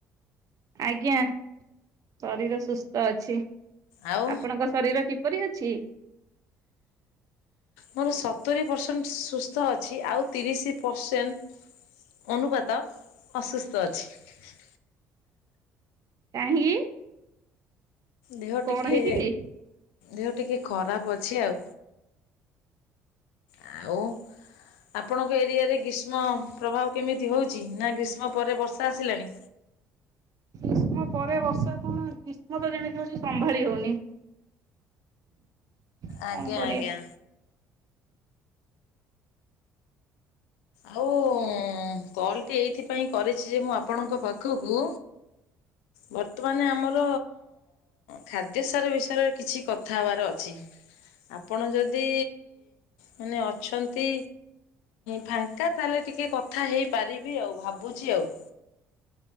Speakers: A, on the right; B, on the left.
A: ଆଜ୍ଞା, ଶରୀର ସୁସ୍ଥ ଅଛି।
B: ଆଉ
A: ଆପଣଙ୍କ ଶରୀର କିପ କପରି ଅଛି?
B: ମୋର ସତୁରି ପରସେଣ୍ଟ ସୁସ୍ଥ ଅଛି ଆଉ ତିରିଶ ପରସେଣ୍ଟ ଅନୁପାତ ଅସୁସ୍ଥ ଅଛି।
A: କାହିଁକି?
B: ଦେହ
A: କଣ
B: ଟିକେ
A: ହେଇଛି କି?
B: ଦେହ ଟିକେ ଖରାପ ଅଛି ଆଉ। ଆଉ ଆପଣଙ୍କ ଏରିଆରେ ଗ୍ରୀଷ୍ମ ପ୍ରଭାବ କେମିତି ହଉଛି ନା ଗ୍ରୀଷ୍ମ ପରେ ବର୍ଷା ଆସିଲାଣି?
A: ଗ୍ରୀଷ୍ମ ପରେ ବର୍ଷା କଣ ଗ୍ରୀଷ୍ମ ତ ଯେମିତି ହଉଛି ସମ୍ଭାଳି ହଉନି। କଣ
B: ଆଜ୍ଞା
A: କରିବା
B: ଆଜ୍ଞା ଆଉ କଣଟି ଏଇଥିପାଇଁ କରିଛି ଯେ ମୁଁ ଆପଣଙ୍କ ପାଖ ଖକୁ ବର୍ତ୍ତମାନ ଆମର ଖାଦ୍ୟ ସାର ବିଷୟରେ କିଛି କଥା ହେବାର ଅଛି ଆପଣ ଯଦି ମାନେ ଅଛନ୍ତି ଫା ଫାଙ୍କା ତାହେଲେ ଟିକେ କଥା ହେଇପାରିବି ଆଉ ଭାବୁଛି ଆଉ।